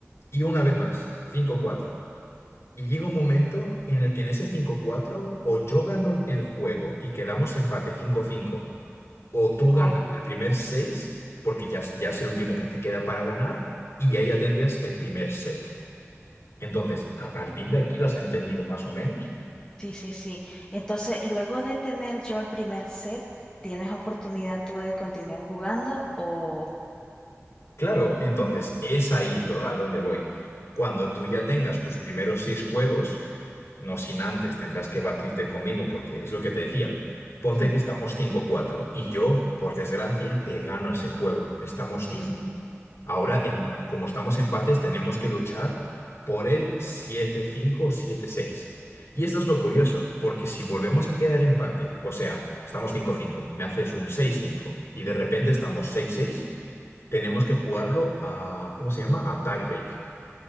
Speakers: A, on the left; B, on the left.
A: Y una vez más, cinco cuatro Y llega un momento en el que en ese cinco cuatro o yo gano el juego y quedamos empate cinco cinco. O tú
B: Oh,
A: ganas el primer 6 porque ya, es- ya es el último que te queda para ganar, y ahí ya tendrías el primer set. Entonces, a partir de aquí, ¿las has entendido más o menos?
B: sí, sí, sí. Entonces, luego de tener yo el primer set, ¿tienes oportunidad tú de continuar jugando o...?
A: Claro, entonces es ahí do- a donde voy. Cuando tú ya tengas tus primeros seis juegos, no sin antes tendrás que batirte conmigo, porque es lo que te decía. Ponte
B: <laughs> Hmm,
A: que estamos cinco cuatro y yo, por desgracia, te gano ese juego. Estamos
B: Sí,
A: cinco
B: sí, sí.
A: Ahora, em- como estamos empates, tenemos que luchar por el siete cinco o siete seis. Y esto es lo curioso, porque si volvemos a quedar empate, o sea, estamos cinco cinco, me haces un seis cinco y de repente estamos seis seis, tenemos que jugarlo a, ¿cómo se llama? A tiebreak.